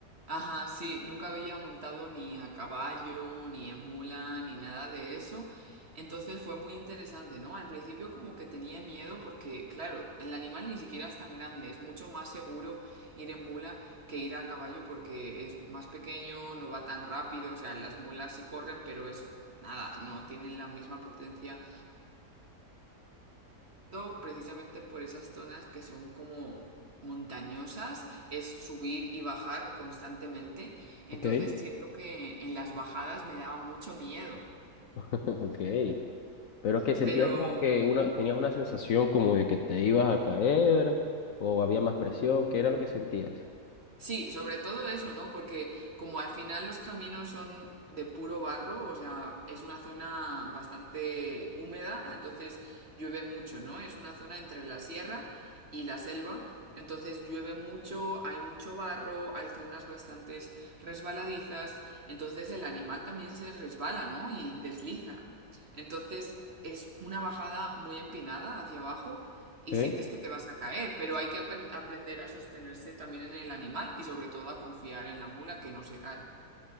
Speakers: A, on the right (about 40°); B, on the left (about 60°).
A: ajá, sí, nunca había montado ni a caballo, ni en mula, ni nada de eso. Entonces fue muy interesante, ¿no? Al principio como que tenía miedo porque, claro, el animal ni siquiera es tan grande, es mucho más seguro ir en mula que ir a caballo porque es más pequeño, no va tan rápido, o sea, las mulas sí corren, pero es nada, no tienen la misma potencia. No, precisamente por esas zonas que son como montañosas, es subir y bajar constantemente, entonces
B: Ok.
A: siento que en las bajadas me daba mucho miedo,
B: <laughs> ok. Pero que sentías
A: pero...
B: como que una, tenías una sensación como de que te ibas a caer o había más presión. ¿Qué era lo que sentías?
A: Sí, sobre todo eso, ¿no? Porque como al final los caminos son de puro barro, o sea, es una zona bastante húmeda, entonces llueve mucho, ¿no? Es una zona entre la sierra y la selva, entonces llueve mucho, hay mucho barro, hay zonas bastante resbaladizas, entonces el animal también se resbala, ¿no? Y desliza. Entonces es una bajada muy empinada hacia abajo y
B: Ok.
A: sientes que te vas a caer, pero hay que apen- aprender a sostenerse también en el animal y sobre todo a confiar en la mula que no se cae.